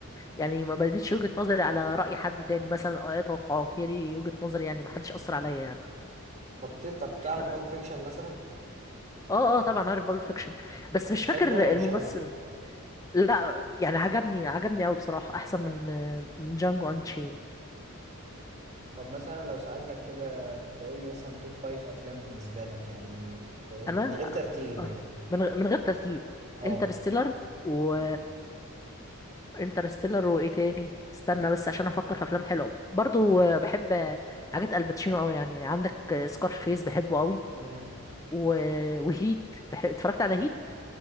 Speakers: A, on the left; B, on the right.
A: يعني ما بنيتش وجهه نظري على راي حد تاني مثلا او اي توقعات هي دي وجهه نظري يعني ما حدش اثر عليا يعني
B: طب ت- طب
A: ف...
B: تعرف بالب فيكشن مثلا
A: اه اه طبعا عارف بالب فيكشن بس
B: بتحبه
A: مش فاكر
B: ولا مش
A: الممثل
B: قوي
A: لا يعني عجبني عجبني قوي بصراحة احسن من من جانجو انشين
B: طب مثلا لو سألتك كده تقول لي مثلا توب فايف افلام بالنسبة لك يعني تقول
A: انا
B: لي من غير ترتيب
A: آه،
B: يعني
A: من غ- من غير ترتيب
B: اه
A: انترستيلر و انترستيلر وايه تاني استنى بس عشان افكر في افلام حلوه برضو آه، بحب آه، حاجات الباتشينو قوي يعني عندك سكارفيس بحبه قوي
B: امم
A: و... وهيت بح... اتفرجت على هيت